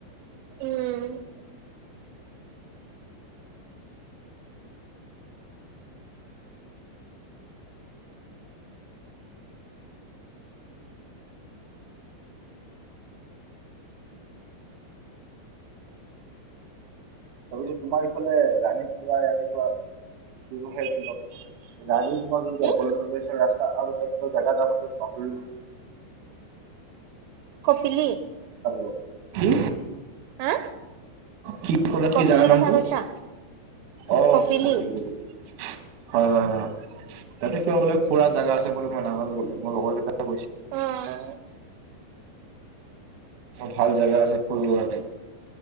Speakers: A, on the right (about 80°); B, on the right (about 65°).
A: উম।
B: তাৰপিছত তোমাৰ ইফালে ৰাণীত কিবা ইয়াতে কিবা ব্যৱসায় তোৰ ৰাণী তোমাৰ যোনটো
A: কি
B: একলেন যোনটো ৰাস্তা আৰু এ কিবা জোগা তাৰ মতে পাহৰিলোঁ নেকি
A: কপিলি
B: হেল্ল কি?
A: হা
B: কি? কি কলা
A: কপিলি
B: জেগাৰ নামটো
A: কথা কৈছা
B: অ
A: কপিলি
B: কপিলী কপিলী হয় হয় হয় তাতে কিবা বোলে ফুৰা জেগা আছে বুলে মই নাজানো বোলে মোৰ লগৰ কেইটা গৈছে
A: অ'।
B: ভাল জোগা আছে ফুৰিবৰ কাৰণে